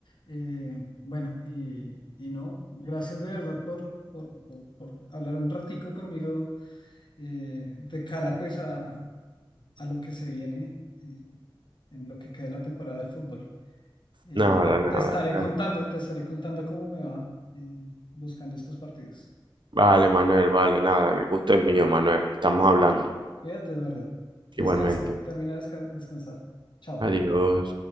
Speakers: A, on the left (about 65°); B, on the right (about 65°).
A: Eh, bueno, y, y no, gracias de verdad por, por, por, por hablar un ratico conmigo eh, de cara pues a, a lo que se viene eh, en lo que queda de la temporada del fútbol. Eh,
B: Nada, nada.
A: te estaré
B: nada.
A: contando, te estaré contando cómo me va eh, buscando estos partidos.
B: Vale, Manuel, vale, nada. El gusto es mío, Manuel. Estamos hablando.
A: Cuídate, Eduardo. Descansa,
B: Igualmente.
A: termina de desca- descansar. Chao.
B: Adiós.